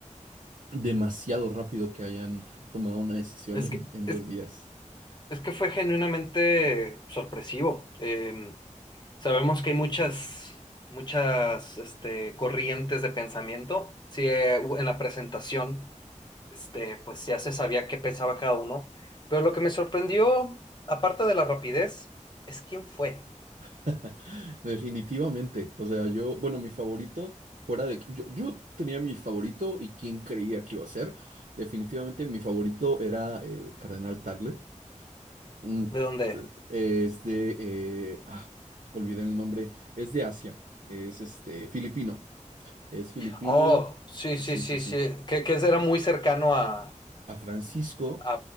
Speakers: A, on the right; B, on the left.
A: demasiado rápido que hayan tomado una decisión
B: Es
A: en,
B: que
A: en
B: es,
A: dos días.
B: Es que fue genuinamente sorpresivo. Em, sabemos que hay muchas, muchas, este, corrientes de pensamiento. Sí, eh, hu- en la presentación, este, pues ya se sabía qué pensaba cada uno. Pero lo que me sorprendió, aparte de la rapidez, es quién fue,
A: <laughs> Definitivamente. O sea, yo, bueno, mi favorito, fuera de... Yo, yo tenía mi favorito y quién creía que iba a ser. Definitivamente mi favorito era el Cardenal Tagle. un
B: de dónde.
A: t- es de, eh, ah, olvidé el nombre, es de Asia, es este, filipino, es filipino,
B: Oh, sí, sí,
A: sí,
B: sí,
A: sí, sí.
B: sí. Que, que era muy cercano a,
A: A Francisco
B: a,